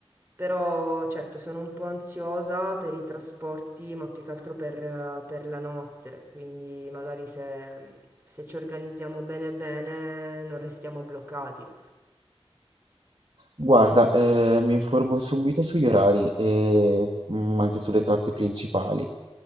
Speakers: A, on the right; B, on the right.
A: Però certo sono un po' ansiosa per i trasporti, ma più che altro per, eh, per la notte, quindi magari se se ci organizziamo bene bene non restiamo bloccati.
B: Guarda, eh, mi informo subito sugli orari e mm, anche sulle tratte principali.